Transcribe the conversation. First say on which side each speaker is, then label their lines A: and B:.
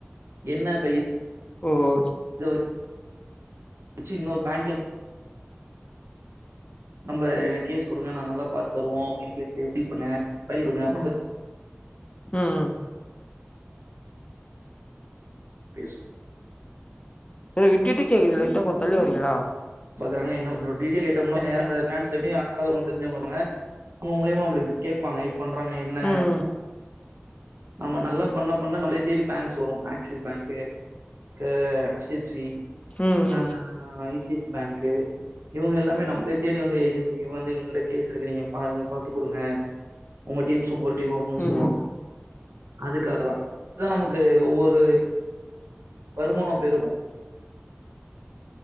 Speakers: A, on the right; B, on the left.
A: என்ன இப்ப இது
B: ஓ ஓ
A: தோ வச்சு இன்னொரு பேங்க் லோன் நம்ம எனக் கேஸ் குடுங்க நான் நல்லா பாத்து தருவோ <unintelligible> பண்ண ஃபைல் குடுங்க அப்டி நம்ம
B: ம் ம்
A: ஃபேஸ்
B: ப்ரோ விட்டு விட்டு கேக்குது லைட்டா கொஞ்சோ தள்ளி வரிங்களா
A: பாக்குறாங்கனா என்ன உங்களோட டிடெய்லு கேட்டோம்னா நேரா அந்த ஃபினான்ஸ் ல எப்டி அக்கா வருமோ தெரிஞ்சாவங்க வருவாங்க அவுங்க முலியமா நம்மளுக்கு கேப்பாங்க எப்டி பன்றாங்க என்ன
B: ம்
A: ஆமா நம்ம நல்லா பண்ண பண்ணா நம்மளே தேடி பேங்க்ஸ் வரு ஆக்சிஸ் பேங்க்கு கு ஹச் டி எஃப் சி
B: ம்
A: அ ஐ சி ஐ சி பேங்க்கு இவுங்க எல்லாமே நம்மல தேடி வந்து ஏஜென்சி வந்து எங்களிட்ட கேஸ் இருக்கு நீங்க பாருங்க பாத்து குடுங்க உங்க டீம் சூப்பர் டீம் ஒவ்வுனு
B: ம்
A: சொல்லுவாங்க
B: ம்
A: அதுக்காக தா அதுதா நமக்கு ஒவ்வொரு வருமானோ பெருகு